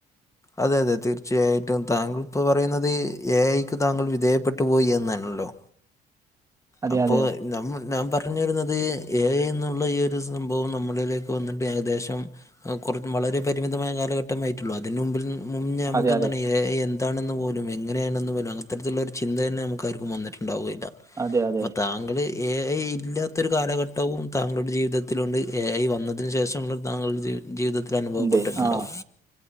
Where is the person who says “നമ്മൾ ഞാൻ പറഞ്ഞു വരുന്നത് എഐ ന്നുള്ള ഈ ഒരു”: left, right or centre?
Left